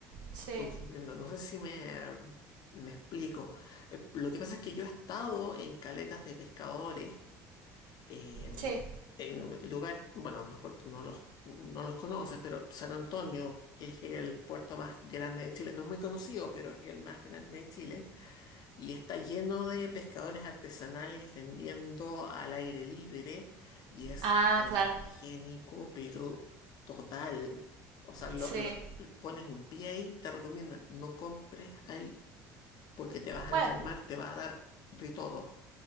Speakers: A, on the right; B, on the left.
A: sí,
B: consumiendo. No sé si me, me explico. Eh, Lo que pasa es que yo he estado en caletas de pescadores, eh,
A: sí.
B: en lugares, bueno, a lo mejor tú no los, no los conoces, pero San Antonio, que es el puerto más grande de Chile, no es muy conocido, pero es el más grande de Chile y está lleno de pescadores artesanales vendiendo al aire libre y es
A: Ah,
B: un
A: claro,
B: higiénico, pero total. O sea, lo,
A: sí.
B: lo- pones un pie ahí, te recomiendan, no compres ahí porque te vas a
A: Bueno,
B: enfermar, te va a dar de todo.